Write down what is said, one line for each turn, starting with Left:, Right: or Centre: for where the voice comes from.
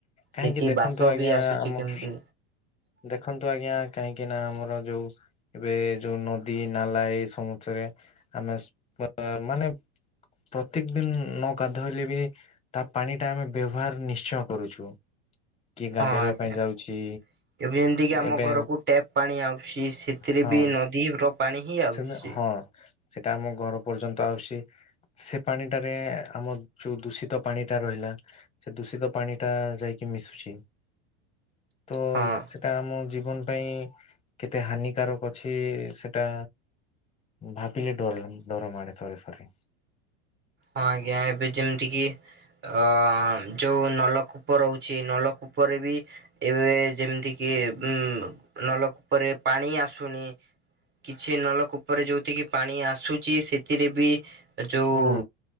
Left: କାହିଁକି
Right: ସେଠି
Left: ଦେଖନ୍ତୁ
Right: ବାସ
Left: ଆଜ୍ଞା
Right: ବି ଆସୁଛି
Left: ଆମ
Right: କେମିତି।
Left: ଦେଖନ୍ତୁ ଆଜ୍ଞା କାହିଁକି ନା ଆମର ଯୋଉ ଏବେ ଯୋଉ ନଦୀ ନାଲା ଏଇ ସମୁସରେ ଆମେ ମାନେ ପ୍ରତ୍ୟେକ ଦିନ ନ ଗାଧୋଇଲେ ବି ତା ପାଣି ଟା ଆମେ ବ୍ୟବହାର ନିଶ୍ଚୟ କରୁଛୁ କିଏ
Right: ହଁ
Left: ଗାଧେଇବା
Right: ଆଜ୍ଞା।
Left: ପାଇଁ ଯାଉଛି।
Right: ଏବେ ଯେମିତିକି ଆମ
Left: ଏବେ
Right: ଘରକୁ ଟ୍ୟାପ୍ ପାଣି ଆଉଛି ସେଥିରେ
Left: ହଁ
Right: ବି ନଦୀର ପାଣି ହିଁ ଆଉଛି।
Left: ସେ ହଁ ସେଟା ଆମ ଘର ପର୍ଯ୍ୟନ୍ତ ଆସୁଛି। ସେ ପାଣିଟାରେ ଆମ ଯୋଉ ଦୂଷିତ ପାଣି ଟା ରହିଲା। ସେ ଦୂଷିତ ପାଣି ଟା ଯାଇକି ମିଶୁଛି। ତ
Right: ହଁ ହଁ
Left: ସେଟା ଆମ ଜୀବନ ପାଇଁ କେତେ ହାନିକାରକ ଅଛି ସେଟା। ଭାବିଲେ ଡର ଡରମାଡେ ଥରେ ଥରେ।
Right: ହଁ ଆଜ୍ଞା ଏବେ ଯେମିତି କି ଅ ଯଉ ନଲକୂପ ରହୁଛି ନଲକୂପରେ ବି ଏବେ ଯେମିତି କିି ଉ ନଲକୂପରେ ପାଣି ଆସୁନି। କିଛି ନଲକୂପରେ ଯୋଉଥିକି ପାଣି ଆସୁଛି ସେଥିରେ ବି ଯୋଉ
Left: ହୁଁ